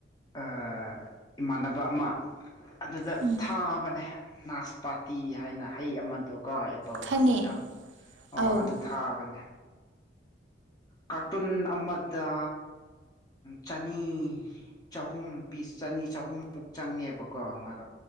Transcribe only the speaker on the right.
ꯎꯝ
ꯈꯪꯉꯦ
ꯑꯧ